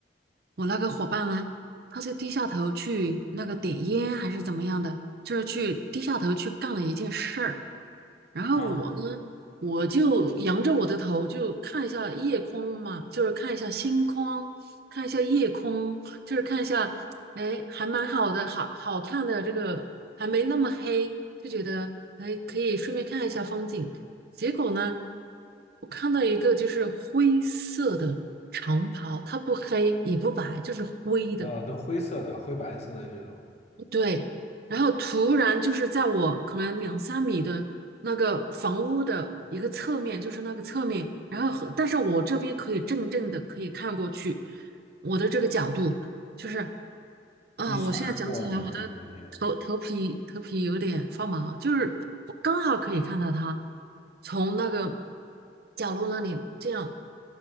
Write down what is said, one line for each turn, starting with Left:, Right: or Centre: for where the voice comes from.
Right: 我那个伙伴呢，他就低下头去那个点烟还是怎么样的，就是去低下头去干了一件事儿。然后我呢，
Left: <laughs>。啊
Right: 我就仰着我的头，就看一下夜空嘛，就是看一下星空，看一下夜空，就是看一下，哎，还蛮好的，好好看的这个还没那么黑，就觉得哎，可以顺便看一下风景。结果呢，我看到一个就是灰色的长袍，它不黑也不白，就是灰的。
Left: 啊，都灰色的、灰白色的这种，
Right: 对，然后突然就是在我可能两三米的那个房屋的一个侧面，就是那个侧面，然后和但是我这边可以正正的可以看过去，我的这个角度就是啊，
Left: 一闪而过嘛，
Right: 我现在讲起来，我的头头皮头皮有点发麻啊，
Left: 那个东西，
Right: 就是我刚好可以看到他从那个角落那里这样